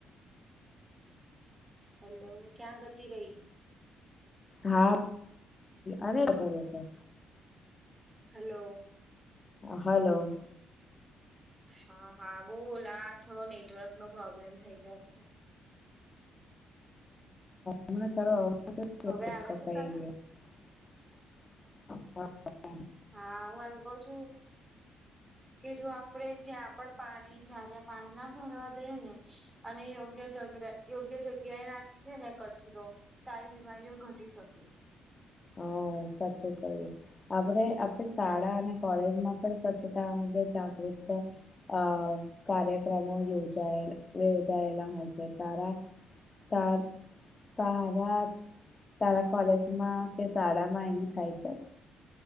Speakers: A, on the right; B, on the left.
A: હેલો ક્યાં ગતિ રહી?
B: હા અને દર
A: હાલો.
B: હલો.
A: હા હા બોલ આ થોડો નેટવર્કનો પ્રોબ્લેમ થઇ જાવ છે.
B: હમણાં તારો અવાજ જ
A: હવે આવે
B: કપાઈ
A: છે તને.
B: ગયો હા આવે.
A: હા હું એમ કઉ છું કે જો આપણેે જ્યાં પણ પાણી જ્યાં જ્યાં પાણી ના ભરવા દઈએ ને અને યોગ્ય જ યોગ્ય જગ્યાએ નાખે ને કચરો, તો એ બીમારીઓ ઘટી શકે.
B: હા સાચુ કહ્યું. આપણે આપણે શાળા અને કોલેજમાં પણ સ્વચ્છતા અંગે જાગૃતા અ કાર્યક્રમો યોજાયે યોજાયેલા હોય છે તારા તાર તારા તારા કોલેજમાં કે શાળા માં એવી થાય છે.